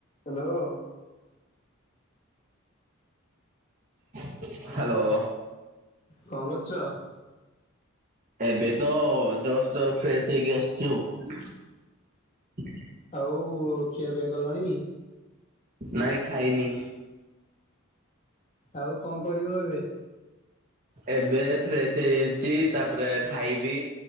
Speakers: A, on the left; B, on the right.
A: Hello.
B: <inaudible> Hello.
A: କଣ କରୁଚ?
B: ଏବେ ତ ଜଷ୍ଟ ଫ୍ରେଶ ହେଇକି ଆସୁଛି ଆଉ।
A: ଆଉ ଖିଆପିଆ କଲଣି?
B: ନାଇଁ ଖାଇନି।
A: ଆଉ କଣ କରିବ ଏବେ?
B: ଏବେ ଫ୍ରେଶ ହେଇଯାଇଛି ତାପରେ ଖାଇବି